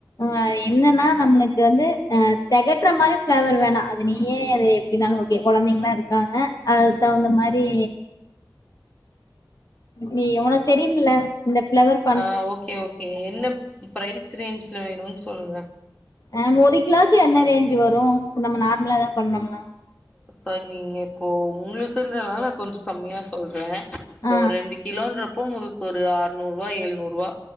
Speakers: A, on the left (about 55°); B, on the left (about 15°).
A: அது என்னன்னா நம்மளுக்கு வந்து அ தெகட்ற மாரி ஃபிளேவர் வேணா அது நீயே எப் எப்டின்னாலு ஓகே கொழந்தைங்ளா இருக்காங்க அது அதுக் தகுந்தா மாரி நீ உனக்கு தெரியும்ல இந்த ஃபிளவர்
B: ஆ ஓகே ஓகே என்ன ப்ரைஸ் ரேஞ்சில வேணுன்னு சொல்லுங்க
A: ஆ ஒரு கிலோவுக்கு என்ன ரேஞ்ச் வரு நம்ம நார்மலா தா பண்ணோம்னா
B: அக்கா நீங்க இப்போ உங்களுக்குன்றனால கொஞ்சோ கம்மியா சொல்றே இப்போ
A: ஆ
B: ரெண்டு கிலோன்றப் அப்போ உங்களுக்கு ஒரு அறுநூரூவா எழுநூரூவா